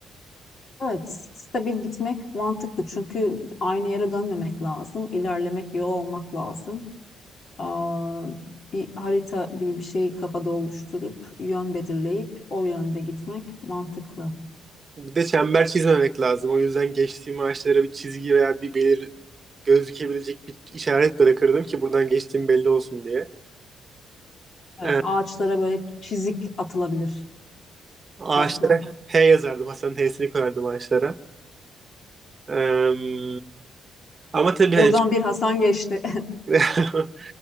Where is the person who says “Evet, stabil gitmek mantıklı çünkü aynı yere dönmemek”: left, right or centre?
Left